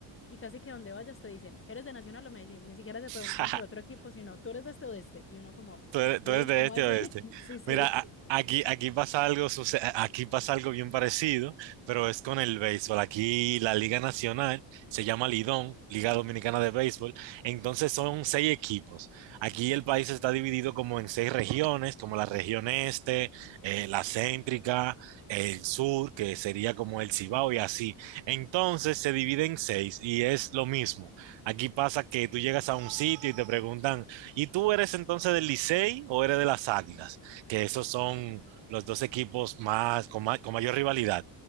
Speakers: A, on the left (about 25°); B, on the right (about 70°).
A: y casi que donde vayas te dicen, ¿eres de Nacional o Medellín? Ni siquiera te
B: <laughs>
A: preguntan por otro equipo, sino, ¿tú eres de este o de este? Y uno como,
B: Tú eres,
A: ¿ven?
B: tú eres de
A: ¿Cómo
B: este
A: así?
B: a oeste.
A: <laughs> Sí, sí.
B: Mira, a- aquí, aquí pasa algo, suce- aquí pasa algo bien parecido, pero es con el béisbol. Aquí la Liga Nacional se llama Lidón, Liga Dominicana de Béisbol. Entonces son seis equipos. Aquí el país está dividido como en seis regiones, como la región este, eh, la céntrica, el sur, que sería como el Cibao y así. Entonces se divide en seis y es lo mismo. Aquí pasa que tú llegas a un sitio y te preguntan. ¿Y tú eres entonces del Licey o eres de las Águilas? Que esos son los dos equipos más, con, ma- con mayor rivalidad.